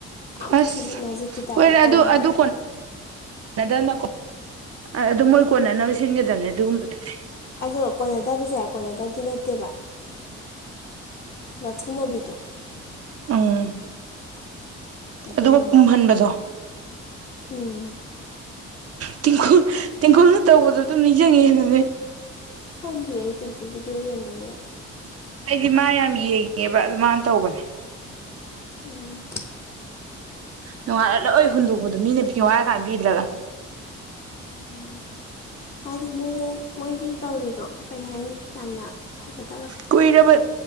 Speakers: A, on the left; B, on the right.
A: ꯌꯥꯝ
B: ꯑꯁ
A: ꯊꯤꯖꯤꯠ ꯅꯥꯖꯤꯠꯀꯤ ꯇꯥꯏꯞꯇ
B: ꯍꯣꯏꯅꯦ
A: ꯇꯧꯋꯦ
B: ꯑꯗꯨ
A: ꯍꯥꯏꯕ
B: ꯑꯗꯨ ꯀꯣꯟꯅꯗꯅꯀꯣ ꯑꯗꯨꯝ ꯃꯣꯏ ꯀꯣꯟꯅꯅꯕ ꯁꯤꯟꯒꯗꯕꯅꯦ ꯑꯗꯨꯒꯨꯝꯕꯗꯨꯗꯤ
A: ꯑꯗꯣ ꯀꯣꯟꯅꯗꯕꯁꯦ ꯀꯣꯟꯅꯗꯕꯗꯤ ꯅꯠꯇꯦꯕ ꯂꯣꯠꯁꯟꯅꯕꯤꯗꯣ
B: ꯎꯝ
A: ꯑꯗꯨꯅꯦꯕ
B: ꯑꯗꯨꯒ ꯄꯨꯝꯍꯟꯕꯗꯣ
A: ꯎꯝ
B: ꯇ ꯇꯀꯨ ꯅ ꯇꯧꯗ ꯇꯖꯒꯦꯗꯦ
A: ꯈꯪꯗꯦ ꯑꯩ ꯇꯤꯡꯀꯨ ꯚꯤꯗꯤꯑꯣ ꯌꯦꯡꯗꯕꯅꯤꯅ
B: ꯑꯩꯗꯤ ꯃꯥ ꯌꯥꯝ ꯌꯦꯡꯉꯦꯕ ꯑꯗꯨ ꯃꯥꯅ ꯇꯧꯕꯅꯦ
A: ꯎꯝ
B: ꯉꯥꯏꯦ ꯂꯣꯏ
A: ꯈꯪꯗꯦ
B: ꯍꯟꯣꯛꯄꯗꯣ ꯃꯤꯅ ꯄꯤꯉ ꯍꯥꯏꯦ ꯀꯥꯟꯕꯤꯗ꯭ꯔꯒ
A: ꯎꯝ ꯍꯥꯏꯗꯤ ꯃꯣꯏꯗ ꯃꯣꯏꯒꯤ ꯇꯧꯔꯤꯗꯣ ꯀꯔꯤ ꯍꯥꯏꯅꯤ ꯌꯥꯝꯅ ꯐꯖꯅ
B: ꯀꯨꯏꯔꯕ